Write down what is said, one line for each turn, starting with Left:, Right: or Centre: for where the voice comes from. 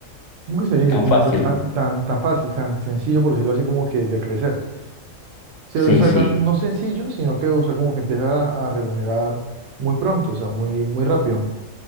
Right: ¿cómo que se dice?
Left: Tan
Right: Como
Left: fácil.
Right: ta- tan, tan, tan fácil, tan sencillo, por decirlo así, como que de crecer. Sí, o
Left: Sí,
Right: sea,
Left: sí.
Right: tan, no sencillo, sino que, o sea, como que empieza a, a remunerar muy pronto, o sea, muy, muy rápido.